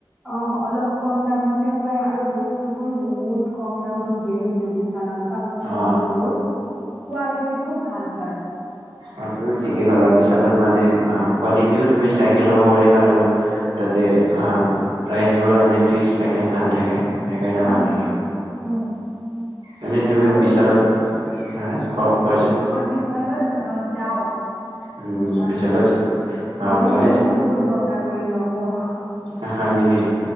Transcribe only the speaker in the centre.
অ', অলপ কম দামতে পায়, আৰু বস্তুবোৰ বহুত কম দামত দিয়ে কিন্তু বিশালত। কাপোৰ চাপোৰ
বোৰো কোৱালিটিটোও ভাল হয়।
উম
উম
আৰু
কোৱা?
মই বিশালত যাওঁ,
নোযোৱা
নহয়
গ'লে
কিন্তু বহুত ব জাৰ, কৰি লৈ আহোঁ।